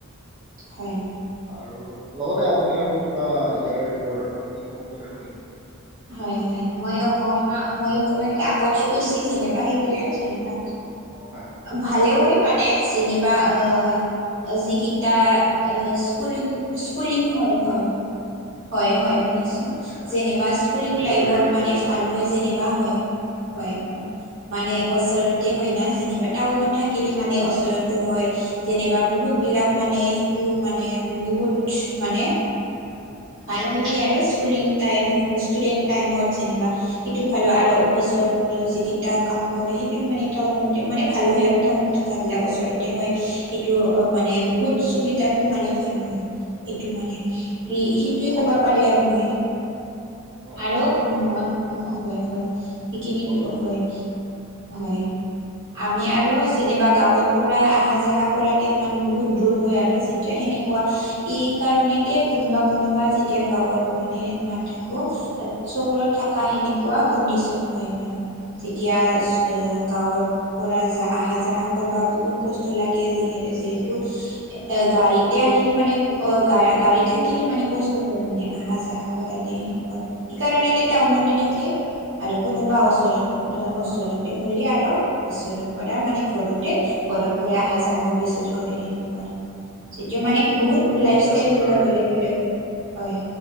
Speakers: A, on the right; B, on the right.
A: হয়।
B: আৰু লগতে আপুনি আৰু কিবা ইয়াৰে ভিতৰত আপুনি ক'ব বিচাৰিব নেকি?
A: হয়, হয় মই অক মই অকমাণ আপুনি কৈছি যেনিবা সেই সেয়াই যেনিবা।
B: হয়
A: ভালে হয় মানে যেনিবা আ যিকিটা আ স্কুলিং, স্কুলিং হয়, হয়। হয়, হয় শুনিছো।
B: হয়
A: যেনিবা স্কুলিং
B: দিব
A: লাইবত
B: লাগে আৰু
A: মানে
B: প্ৰদূষণ
A: ভাল হয়। যেনিবা হয়, হয়, হয়, হয়। মানে ওচৰতে
B: হয়
A: হৈ না যেনিবা টাউনত থাকিলে মানে ওচৰতে হয়। যেনিবা বহুতবিলাক মানে সেইটো মানে বহুত মানে ভাল
B: হয়
A: হৈ যায় আৰু স্কুলিং টাইম, ষ্টুডেণ্ট টাইমত যেনিবা সেইটো ভাল হয় আৰু অফিচত যিকিটা কাম কৰে সেইটো মানে টাউনতে মানে ভাল হয় আৰু টাউনত থাক থাকাবিলাক ওচৰতে হয়। সেইটো মানে বহুত চুবিদাটো মানে ভাল হয়। সেইটো মানে সেই সেইটোৱেই ক'ব পাৰে আৰু মই।
B: অ
A: আৰু
B: অ একদম
A: ম হয়, হয় সেইখিনিতো
B: কওক কওক
A: হয়। হয়। আমি আৰু যেনিবা গাঁৱত পৰা আহা যাহা কৰাতে ইমান বহুত দূৰ হয় আৰু এতিয়া সেনেকুৱা এই কাৰণেতে কোনোবা কোনোবা যেতিয়া গাঁৱত মানে নাথাকো চহৰত থকা সেনেকুৱা কণ্ডিচন হয় মানে তে অ গাঁৱত পৰা যা আহা যাহা কৰবা বহুত কষ্ট লাগে যিহ যিহেতু এ গাড়ীতে আহিলি মানে অ গ গাড়ী থাক কিলি মানে কষ্ট হয় মানে আহা যাহা কৰাতে সেনেকুৱা। এই কাৰণে এতিয়া টাউনতে থাকে
B: হয়
A: আৰু কোনোবা ওচৰত
B: অ
A: ওচৰতে
B: তাপ
A: হলি আৰু ওচৰত পৰা মানে ঘৰতে ঘৰত পৰা আহা যাহ পিছত কৰে সেনেকুৱা। এইটো মানে
B: অ
A: বহুত
B: আৰু লগতে
A: লাইফ ষ্টাইল
B: আপোনাৰ
A: বিলাক বেলেগ বেলেগ হয়, হয়।